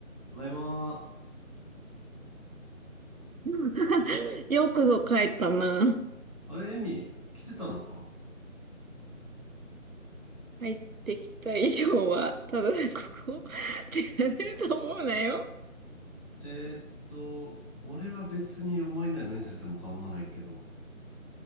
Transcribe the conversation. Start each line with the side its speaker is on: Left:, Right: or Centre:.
Left: ただいま。
Right: <laughs> よくぞ帰ったな。
Left: あれ、エミ、来てたのか。
Right: 帰ってきた以上は、ただここ、出られると思うなよ。
Left: えーっと、俺は別にお前なら何されても構わないけど、